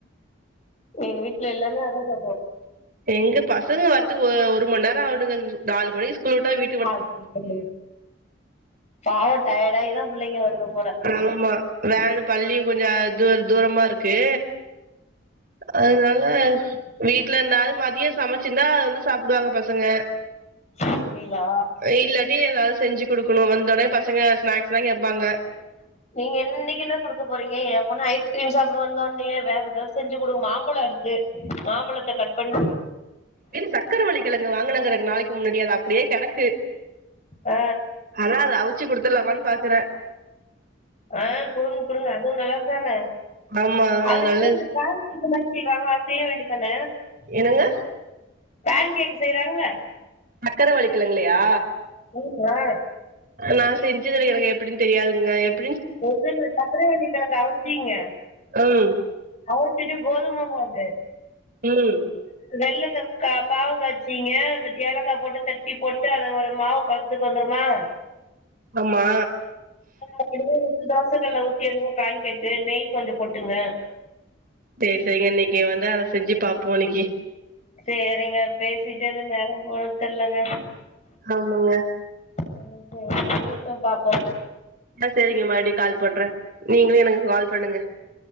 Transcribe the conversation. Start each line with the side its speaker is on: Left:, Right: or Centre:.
Left: எங்க வீட்ல எல்லாமே அதா சாப்டுவோ
Right: எங்க பசங்க வரத்துக்கு ஒ ஒரு மண் நேரோ ஆவுடுங்க நாலு மணிக் ஸ்கூல் வுட்டா வீட்
Left: <unintelligible> பாவோ டயடாயிதா புள்ளைங்க வருங்கப்
Right: ஆமா வேனு பள்ளியு கொஞ்சோ தூர தூரமாருக்கு அதுனால வீட்லந்தாலு மதிய சமச்சிந்தா அத வந்து சாப்டுவாங்க பசங்க
Left: அப்டிங்களா
Right: இல்லாட்டி ஏதாது செஞ்சு குடுக்குணு வந்தோனே பசங்க ஸ்நாக்ஸ்தா கேப்பாங்க
Left: நீங்க இன்னக்கென்னா குடுக்க போறீங்க ஏ பொண்ணு ஐஸ்கிரீம் சாப்டு வந்தோன்னையே வேற ஏதாது செஞ்சு குடுங் மாம்பழோ இருக்கு மாம்பழத்த கட் பண்
Right: சக்கரைவள்ளி கெழங்கு வாங்குனங்க ரெண்ட் நாளக்கு முன்னாடி அது அப்டியே கெடக்கு
Left: அ
Right: ஆனா அத அவிச்சு குடுத்துர்லாமான் பாக்குறே
Left: அ குடுங் குடுங்க அதுவு நல்லது தான
Right: ஆமா
Left: அதுனால
Right: அது நல்லது
Left: இந்த <unintelligible> செய்வாங்க அத செய்ய வேண்டியதான
Right: என்னங்க
Left: ஃபேன் கேக் செய்றாங்கல
Right: சக்கர வள்ளிக் கிழங்குலையா
Left: <unintelligible>
Right: நா செஞ்சதில்ல எனக்கு எப்டின் தெரியாதுங்க எப்
Left: ஒன்னுல்ல சக்கரவள்ளி கெழங்க அவுச்சீங்க
Right: ம்
Left: அவுச்சிட்டு கோதும மாவு
Right: ம்
Left: வெள்ளத்த கா பாவு காய்ச்சீங்க வ ஏலக்கா போட்டு தட்டி போட்டு அத ஒரு மாவு பதத்துக்கு வந்துருமா
Right: ஆமா
Left: அத அப்டியே தோச கல்ல ஊத்தி எதுவு ஃபேன் கேக்கு நெய் கொஞ்ச போட்டுகங்க
Right: சேரி சேரிங்க இன்னக்கி வந்து அத செஞ்சு பாப்போ இன்னக்கி
Left: சேரிங்க பேசிட்டே இருந்தே நேரம் போனது தெர்லங்க
Right: ஆமாங்க
Left: ம் சேரி மீண்டும் பாப்போங்க
Right: ஆ சேரிங்க மறுபடி கால் பண்றே நீங்ளு எனக்கு கால் பண்ணுங்க